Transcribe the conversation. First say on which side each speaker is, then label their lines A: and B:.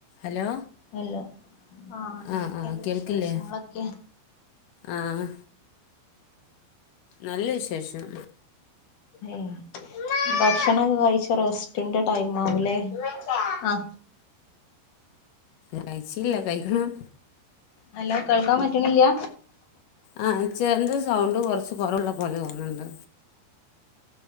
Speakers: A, on the left; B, on the left.
A: Hello
B: hello ആ എന്തൊക്കെയുണ്ട്
A: ആഹ് ആഹ് കേൾക്കില്ലേ
B: വിശേഷങ്ങളൊക്കെ?
A: ആഹ് നല്ല വിശേഷം
B: ഏ ഭക്ഷണൊക്കെ കഴിച്ച് റെസ്റ്റിന്റെ ടൈം ആവൂലേ ആ
A: കഴിച്ചീല്ല കഴിക്കണം
B: ഹലോ കേൾക്കാൻ പറ്റണില്ല?
A: ആ ചെറിന്റെ സൗണ്ട് കൊറച്ച് കൊറവുള്ള പോലെ തോന്ന്ണ്ട്